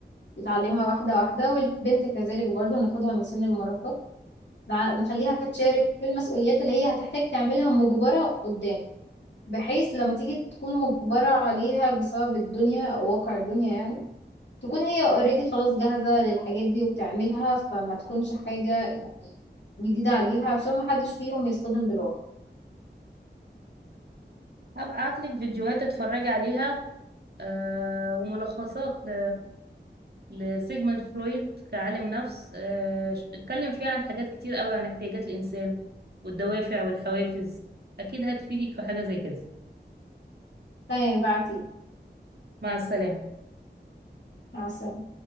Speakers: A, on the left; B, on the right.
A: نتعلمها واحدة واحدة والبنت كذلك برضو ناخدها من سن المراهقة نع- نخليها تشارك في المسؤوليات اللي هي هتحتاج تعملها مجبرة قدام بحيث لما تيجي تكون مجبرة عليها بسبب الدنيا أو واقع الدنيا يعني تكون هي اوريدي خلاص جاهزة للحاجات دي وبتعملها فما تكونش حاجة يعني جديدة عليها عشان محدش فيهم يصطدم بالواقع
B: هبقى ابعتلك فيديوهات تتفرجي عليها آه، وملخصات ل... لسيجموند فرويد كعالم نفس آه، ش- اتكلم فيها عن حاجات كتير قوي عن احتياجات الإنسان والدوافع والحوافز أكيد هتفيدك في حاجة زي كده
A: تمام بعتيلي
B: مع السلامة
A: مع السلامة